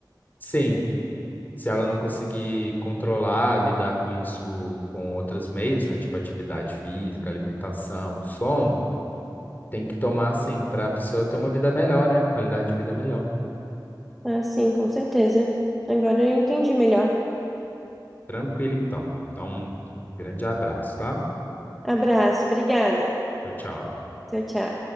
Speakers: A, on the left (about 25°); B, in the centre.
A: Sim. Se ela não conseguir controlar, lidar com isso com outros meios, né? Tipo atividade física, alimentação, sono, Tem que tomar, assim, para a pessoa ter uma vida melhor, né? Qualidade de vida melhor.
B: Ah, sim, com certeza. Agora eu entendi melhor.
A: Tranquilo, então. Então, grande abraço, tá?
B: Abraço, obrigada.
A: Tchau, tchau.
B: Tchau, tchau.